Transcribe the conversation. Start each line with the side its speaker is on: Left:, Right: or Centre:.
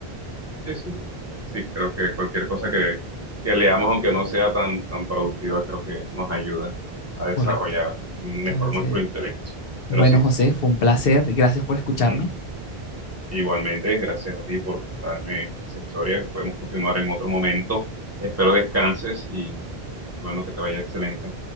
Right: Sí, sí. Sí, creo que cualquier cosa que, que leamos, aunque no sea tan, tan productiva, creo que nos ayuda a desarrollar
Left: Correcto.
Right: mejor
Left: Entonces,
Right: nuestro intelecto.
Left: bueno,
Right: Pero sí.
Left: José, fue un placer y gracias por escucharme.
Right: Ujú. Igualmente, gracias a ti por contarme esa historia. Podemos continuar en otro momento. Espero descanses y bueno, que te vaya excelente.